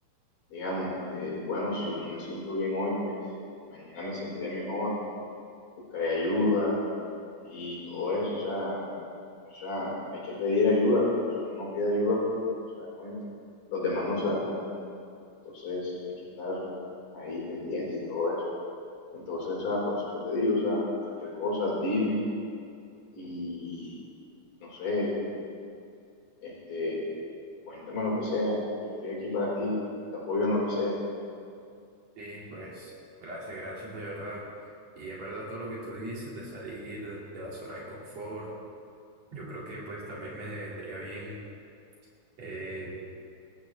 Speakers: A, on the left; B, on the right.
A: Digamos, este, bueno, si no me siento bien hoy, pues mañana me sentiré mejor, buscaré ayuda y todo eso. O sea, o sea, hay que pedir ayuda, porque si uno no pide ayuda, pues uno no se da cuenta. Los demás no se dan cuenta. Entonces, hay que estar ahí pendiente y todo eso. Entonces, o sea, por eso es que te digo, o sea, cualquier cosa, dime y no sé, este cuéntame lo que sea, yo estoy aquí para ti, te apoyo en lo que sea.
B: Sí, pues, gracias, gracias de verdad. Y es verdad todo lo que tú dices de salir de, de la zona de confort. Yo creo que pues también me vendría bien eh,